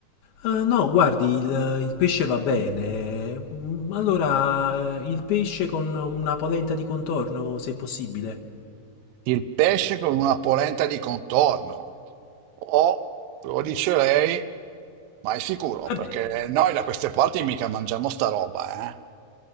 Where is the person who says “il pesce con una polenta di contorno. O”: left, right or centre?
Right